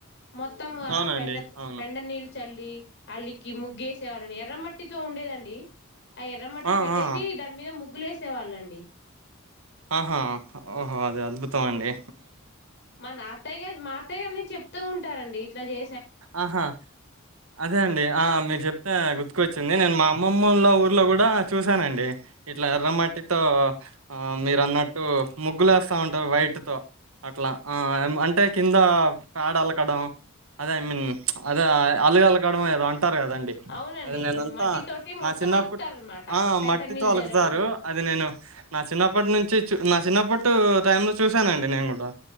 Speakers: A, on the left (about 55°); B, on the right (about 85°).
A: మొత్తం ఆ
B: అవునండి
A: పెండ
B: అవును
A: పెండ నీళ్ చల్లి అలికి ముగ్గేసేవాళ్ళని ఎర్రమట్టితో ఉండేదన్ డి ఆ ఎర్రమట్టి
B: ఆ
A: పెట్టేసి
B: ఆ
A: దాని మీద ముగ్గులు వేస్ వేసేవాళ్ళండి
B: ఆహా ఓహో అద అద్భుతం అండి
A: మా అత్తయ్య మాతయ్య అనే చెప్తూ ఉంటారండి ఇట్లా చే
B: ఆహా అదే అండి ఆ మీరు చెప్ అతే గుర్తుకొచ్చింది నేను మా అమ్మమ్మల ఊర్లో కూడా చూశానండి ఇట్లా ఎర్రమట్టితో ఆ మీరు అన్నట్టు ముగ్గులు వేస్తా ఉంటారు వైట్తో అట్లా ఆ అంటే కింద పేడ అలకడం అదే ఐ మీన్ అదే అల్గల కాడద అంట ారు కదండి
A: అవునండి
B: అది నేనంతా
A: మట్టి తోటి మొత్తం
B: నా చిన్నప్పటి
A: అలుకుతారనమాట
B: ఆ
A: పెంట
B: మట్టితో
A: నీళ్ళు
B: అలుకుతారు
A: జల్లడము
B: అది నేను నా చిన్నప్పటి నుంచి చ నా చిన్నప్పట్ టై లో చూసానండి నేను కూడా